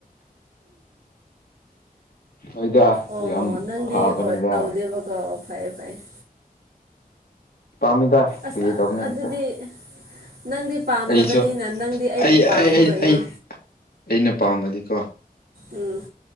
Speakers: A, on the left (about 75°); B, on the right (about 80°).
A: ꯍꯣꯏꯗ
B: ꯑꯣ
A: ꯌꯥꯝ
B: ꯅꯪꯗꯤ
A: ꯐꯕꯅꯤꯗ
B: ꯇꯧꯗꯦꯕꯀꯣ ꯑꯣ ꯐꯩꯌꯦ ꯐꯩꯌꯦ
A: ꯄꯥꯝꯃꯤꯗ
B: ꯑꯁ
A: ꯐꯥꯒꯤ ꯇꯧꯕꯅꯦ
B: ꯑꯗꯨꯗꯤ
A: ꯑꯩꯁꯨ
B: ꯅꯪꯗꯤ ꯄꯥꯝꯗꯕꯅꯤꯅ
A: ꯑꯩꯁꯨ
B: ꯅꯪꯗꯤ ꯑꯩꯕꯨ
A: ꯑꯩ ꯑꯩ
B: ꯄꯥꯝꯃꯔꯣꯏꯅꯦ
A: ꯑꯩ ꯑꯩꯅ ꯄꯥꯝꯃꯗꯤꯀꯣ
B: ꯎꯝ